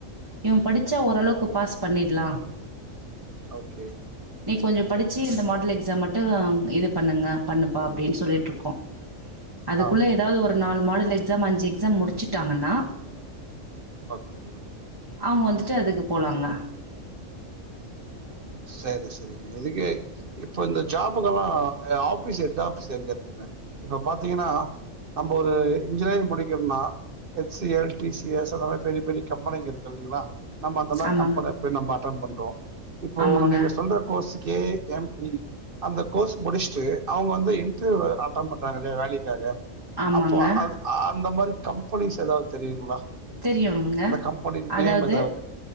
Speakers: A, on the right; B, on the right.
A: இவன் படிச்சா ஓரளவுக்கு பாஸ் பண்ணிலாம்
B: ஓகே
A: நீ கொஞ்சம் படிச்சு இந்த மாடல் ச்சா மட்டும் இது பண்ணுங்க பண்ணுப்பா அப்படின்னு சொல்லிட்டு இருக்கோம் அதுக்குள்ள
B: ஆ
A: ஏதாவது ஒரு நாலு மாடல் எக்ஸாம் அஞ்சு எக்ஸாம் முடிச்சிட்டாங்கன்னா
B: ஓகே நீ
A: அவங்க வந்துட்டு அதுக்கு போலாங்க
B: சரி சரிங்க இதுக்கு இப்ப இந்த ஜாப்புக்கெல்லாம் ஆபீஸ் ஹெட் ஆபீஸ் எங்க இருக்குங்க இப்ப பாத்தீங்கன்னா நம்ம ஒரு இன்ஜினியரிங் முடிக்கணும்ம்னா H C L T C S அந்த மாதிரி பெரிய பெரிய கம்பெனிங்க இருக்கு இல்லைங்களா நம்ம அந்த மாதிரி
A: ஆமாங்க
B: கம்பெனில போய் நம்ம அட்டன் பண்ணறோம் இப்போ
A: ஆமாங்க
B: நீங்க சொல்ற கோர்ஸ் ஏ எம் இ அந்த கோர்ஸ் முடிச்சுட்டு அவங்க வந்து இன்டர்வியூ அட்டெண்ட் பண்றாங்க இல்லையா வேலைக்காக
A: ஆமாங்க
B: அப்போ அ அந்த மாதிரி கம்பெனிஸ் ஏதாவது தெரியுங்களா
A: தெரியுங்க
B: அந்த கம்பெனி
A: அதாவது
B: நேம் ஏதாவது